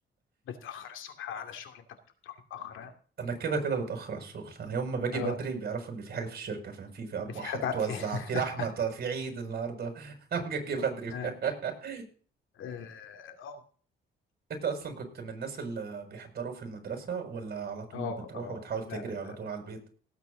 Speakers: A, on the left; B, on the right.
A: بتتأخر الصبح على الشغل انت بت- بتروح متأخر
B: <laughs> انا كده كده بتاخر على الشغل انا يوم ما باجي
A: آه،
B: بدري بيعرفوا ان في حاجه في الشركه فاهم في في
A: إن
B: ارباح
A: في حاجة
B: هتتوزع
A: في
B: في لحمه
A: <laughs>
B: هت- في عيد النهارده <laughs> انا جاي بدري
A: آه،
B: <laughs>
A: آه،
B: انت اصلا كنت من الناس اللي بيحضروا في المدرسه ولا على طول
A: اه
B: بتروح
A: اه
B: وبتحاول تجري
A: لا لا
B: على
A: لا
B: طول على البيت